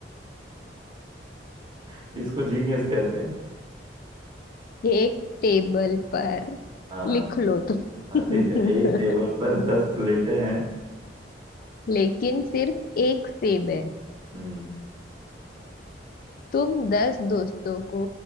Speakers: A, on the right; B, on the left.
A: <laughs> इसको जीनियस कहते हैं
B: एक टेबल पर
A: हाँ
B: लिख लो तुम
A: हाँ ठीक है एक टेबल पर
B: <laughs>
A: दस प्लेटें हैं
B: लेकिन सिर्फ एक सेब है
A: हम्म
B: तुम दस दोस्तों को